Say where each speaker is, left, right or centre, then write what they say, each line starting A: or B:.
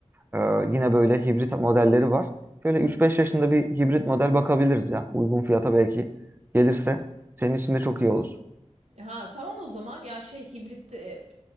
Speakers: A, on the right; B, on the right.
A: Ee, yine böyle hibrit modelleri var. Şöyle üç beş yaşında bir hibrit model bakabiliriz ya. Uygun fiyata belki gelirse senin için de çok iyi olur.
B: Ha tamam o zaman ya şey hibrit e,